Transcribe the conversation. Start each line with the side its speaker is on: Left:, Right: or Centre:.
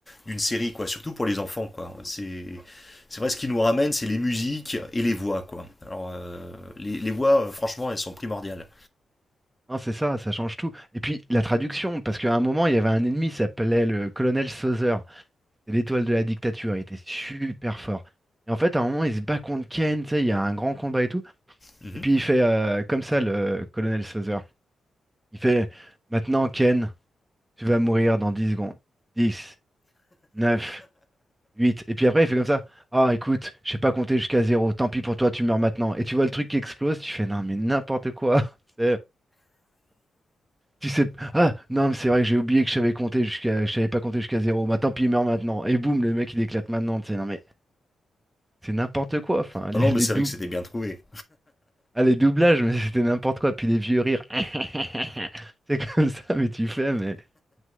Left: d'une série quoi, surtout pour les enfants quoi. C'est c'est vrai ce qui nous ramène, c'est les musiques et les voix quoi. Alors euh, les, les voix, euh, franchement, elles sont primordiales.
Right: Non, c'est ça, ça change tout. Et puis, la traduction, parce qu'à un moment, il y avait un ennemi, il s'appelait le colonel Sauser. C'est l'étoile de la dictature, il était super fort. Et en fait, à un moment, il se bat contre Ken, tu sais, il y a un grand combat et tout.
Left: Mhm.
Right: Et puis il fait euh, comme ça, le colonel Sauzer. Il fait, maintenant, Ken, tu vas mourir dans 10 secondes. dix neuf huit Et puis après, il fait comme ça. Ah, écoute, je sais pas compter jusqu'à zéro. Tant pis pour toi, tu meurs maintenant. Et tu vois le truc qui explose, tu fais, non, mais n'importe quoi. <laughs> Tu sais, euh, tu sais, ah, non, mais c'est vrai que j'ai oublié que je savais compter jusqu'à, je savais pas compter jusqu'à zéro. Bah, tant pis, il meurt maintenant. Et boum, le mec, il éclate maintenant, tu sais, non, mais. C'est n'importe quoi, enfin, <laughs>
Left: Non
Right: les,
Left: non,
Right: les
Left: mais c'est
Right: doubles,
Left: vrai que c'était bien trouvé.
Right: Ah, les doublages, mais c'était n'importe quoi. Puis les vieux rires. <laughs> C'est comme ça, mais tu fais, mais